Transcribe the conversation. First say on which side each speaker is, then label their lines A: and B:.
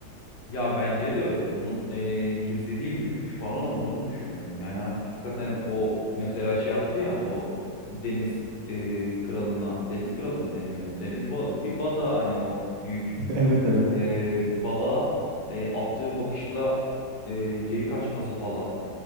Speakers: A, on the left; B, on the right.
A: Ya bence de onun e, gizlediği bir güç falan olduğunu düşünüyorum. Yani hakikaten o mesela şey yaptı ya o deniz e, kralına deniz kralı mı deniyordu? Deniz bal bir balığa hani o büyük
B: <laughs> Evet evet.
A: e, balığa e, attığı bakışla e, geri kaçması falan.